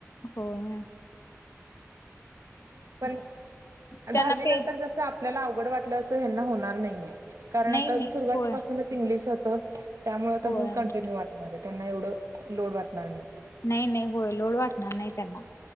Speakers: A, on the left; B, on the right.
A: होय.
B: पण
A: त्यांना
B: दहावी
A: पे
B: नंतर जस आपल्याला अवघड वाटलं अस ह्यांना होणार नाही कारण
A: नाही
B: आ
A: नाही
B: सुरुवातीपासून
A: होय
B: इंग्लिश होत. त्यामुळे
A: होय
B: तसं कंटिन्यू वाटणार आहे त्यांना एवढं लोड वाटणार नाही.
A: नाही नाही होय लोड वाटणार नाही त्यांना.